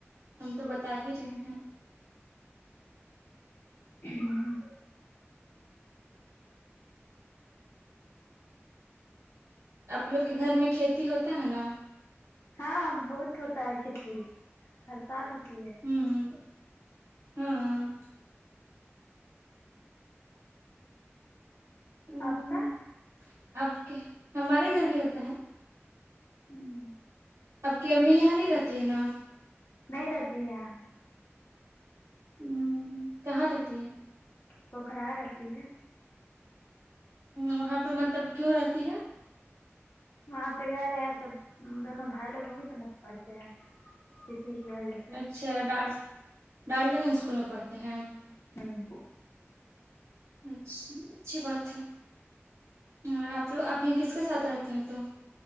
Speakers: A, on the right; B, on the left.
A: ہم تو بتا ہی رہے ہیں
B: ہمم
A: آپ لوگ کے گھر میں کھیتی ہوتا ہے نا
B: ہاں بہت ہوتا ہے کھیتی ہر سال ہوتی ہے
A: ہوں ہاں ہمم
B: آپ کا
A: آپ کے ہمارے گھر بھی ہوتا ہے
B: ہمم
A: آپ کی امی یہاں نہیں رہتی ہے نا
B: نہیں رہتی یہاں
A: آمم کہاں رہتی ہے
B: پوکھرا رہتی ہے
A: وہاں پے مطلب کیوں رہتی ہے
B: وہاں پے گھر ہے سب دونوں بھائی لوگ وہیں پے نہ پڑھتے ہیں اسی کی وجہ سے
A: اچھا ڈار ڈارلنگ اسکول میں پڑھتے ہیں
B: ہمم
A: اچھا اچھی بات ہے اور آپ لوگ آپ یہاں کس کے ساتھ رہتے ہیں تو